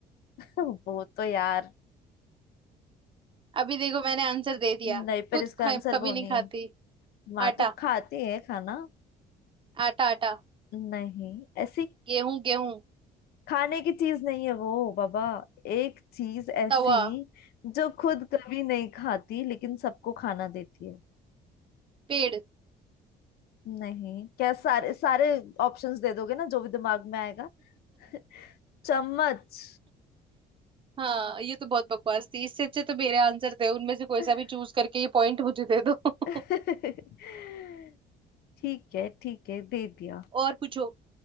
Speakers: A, on the left; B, on the right.
A: <laughs> वो तो यार
B: अभी देखो मैंने आंसर दे दिया
A: नहीं पर
B: खुद
A: इसका
B: ख-
A: आंसर
B: कभी
A: वो
B: नहीं
A: नहीं
B: खाती
A: है माँ
B: आटा
A: तो खाती है खाना
B: आटा आटा
A: नहीं ऐसी
B: गेहूं गेहूं
A: खाने की चीज नहीं है वो बाबा एक चीज ऐसी
B: तवा
A: जो खुद कभी नहीं खाती लेकिन सबको खाना देती है
B: पेड़
A: नहीं क्या सारे सारे ऑप्शंस दे दोगे ना जो भी दिमाग में आएगा <laughs> चम्मच
B: हाँ ये तो बहुत बकवास थी इससे अच्छे तो मेरे आंसर थे उनमें से कोई
A: <laughs>
B: सा भी चूज करके ये पॉइंट मुझे दे दो
A: <laughs>
B: <laughs>
A: ठीक है ठीक है दे दिया
B: और पूछो